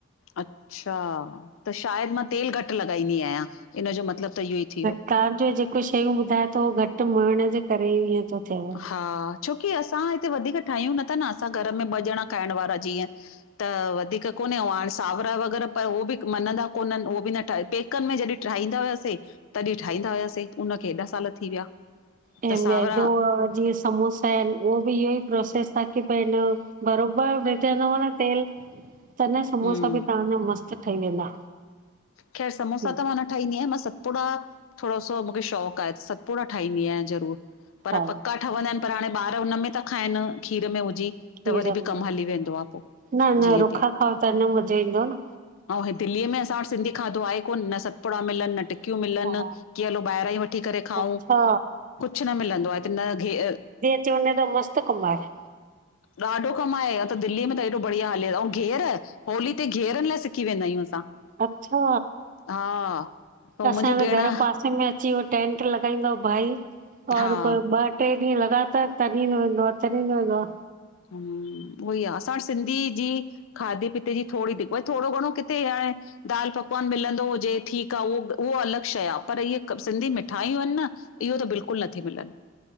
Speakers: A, on the left; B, on the right.
A: अच्छा, त शायदि मां तेल घटि लॻाईंदी आहियां, इन जो मतिलबु त इहो ई थी वियो।
B: तव्हांज जेको शयूं ॿुधाए थो, घट मोहीण जे करे ईअं थो थिएव।
A: हा, छोकी असां हिते वधीक ठाहियूं नथा न, असां घर में ॿ ॼणा खाइण वारा जीअं। त वधीक कोन्हे, अऊ हाणे सावरा वग़ैरह पर उहो बि मञंदा कोननि, उहो बि न ठाहे पेक पेकनि में जॾहिं ठाहींदा हुया सीं तॾहिं ठाहींदा हुया सीं, उनखे एॾा साल थी विया।
B: हे
A: त
B: मैदो
A: सावरा
B: और जीअं समोस उहो बि इहो ही प्रोसेस ताकी भई न कि बरोबर विझंदव न तेल त न समोसा
A: हम्म
B: बि तव्हांजा मस्तु ठही वेंदा।
A: खैर समोसा
B: हम्म,
A: त मां न ठाहींदी आहियां, मां सतपुड़ा थोड़ो सो मूंखे शौंक़ आहे, सतपुड़ा ठाहींदी आहियां ज़रूर। पर
B: हा
A: पक्का ठवंदा आहिनि पर हाणे ॿार हुन में था खाइनि खीर में विझी।
B: खीर
A: त वरी बि
B: में
A: कम हली वेंदो आ पो,
B: न न
A: जीअं
B: रुखा
A: तीअं।
B: खाओ त न मज़ो ईंदो न
A: अऊ हे दिल्ली में असां वट सिंधी खाधो आहे कोन्ह, न सतपुड़ा मिलनि न टिक न मिलनि,
B: हा
A: कि हलो ॿाहिरां ही वठी करे खाऊं,
B: अच्छा
A: कुछ न मिलंदो आ न घि
B: थी वने त मस्त कम आहे।
A: ॾाढो कम आहे, या त दिल्ली में त एॾो बढ़िया हले, अऊ घेअर होली ते घिहरनि लाइ सिकी वेंदा आहियूं असां।
B: अच्छा,
A: हा ऐं
B: असां
A: मुंहिंजी
B: त
A: भेण
B: घर पासे में अची वठ टेंट लॻाईंदो आ भाई और
A: हा
B: ॿ ट्रे ॾींहं लॻातार तरिंदो वेंदो आ, तरिंदो वेंदो आ।
A: हम्म उहो ही आ, असां वट सिंधी जी खाधे पीते जी थोड़ी दिकत वरी थोड़ो घणो किथे आए दाल पकवान मिलंदो हुजे ठीक आ, उहो उह अलॻि शइ आ पर इहे सिंधी मिठाइयूं आहिनि न। इयो त बिल्कुल नथी मिलनि